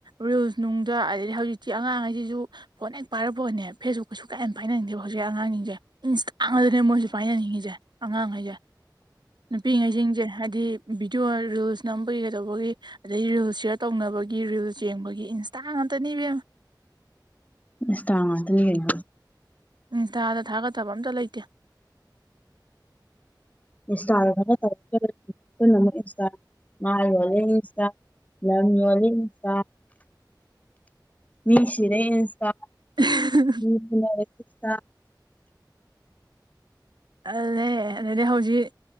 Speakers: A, on the right; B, on the left.
A: ꯔꯤꯜꯁ ꯅꯨꯡꯗ ꯑꯗꯩ ꯍꯧꯖꯤꯛꯇꯤ ꯑꯉꯥꯡꯉꯩꯁꯤꯁꯨ ꯐꯣꯟ ꯍꯦꯛ ꯄꯥꯏꯔꯛꯄꯑꯣꯅꯦ ꯐꯦꯁꯕꯨꯛꯀꯁꯨ ꯀꯌꯥꯝ ꯌꯥꯝꯅꯥꯏꯅꯅꯤꯡꯗꯕ ꯍꯧꯖꯤꯛ ꯑꯉꯥꯡꯁꯤꯡꯁꯦ ꯏꯟꯁꯇꯥꯗꯅꯦ ꯃꯣꯏꯁꯨꯦ ꯄꯥꯏꯖꯅꯤꯡꯉꯤꯁꯦ ꯑꯉꯥꯡꯈꯩꯁꯦ ꯅꯨꯄꯤꯉꯩꯁꯤꯡꯁꯦ ꯍꯥꯏꯗꯤ ꯕꯤꯤꯗꯤꯑꯣ ꯔꯤꯜꯁꯅꯝꯕꯒꯤ ꯀꯩꯗꯧꯕꯒꯤ ꯑꯗꯗꯒꯤ ꯔꯤꯜ ꯁꯤꯌꯔ ꯇꯧꯅꯕꯒꯤ ꯔꯤꯜ ꯌꯦꯡꯕꯒꯤ ꯏꯟꯁꯇꯥ ꯉꯥꯛꯝꯇꯅꯦꯕꯦꯝ
B: ꯏꯟꯇꯥ ꯉꯥꯛꯇꯅꯤ ꯀꯩꯅꯣ
A: ꯏꯟꯁꯇꯥꯗ ꯊꯥꯒꯠꯇꯕ ꯑꯝꯇ ꯂꯩꯇꯦ
B: ꯏꯟꯁꯇꯥꯒ ꯈꯔ ꯇꯧꯔ ꯄꯅ ꯑꯃꯨꯛ ꯏꯟꯁꯇꯥ ꯃꯥꯥꯏꯔꯣꯜꯂꯦ ꯏꯟꯁꯇꯥ ꯂꯃꯤ ꯏꯟꯁꯥ ꯃꯤꯅꯤꯁꯤꯔ ꯏꯟꯁꯥꯥꯟ
A: ꯎꯝꯍꯦ
B: <unintelligible>
A: ꯇꯜꯂꯦ ꯑꯦ ꯑꯗꯨꯗꯗꯤ ꯍꯧꯖꯤꯛ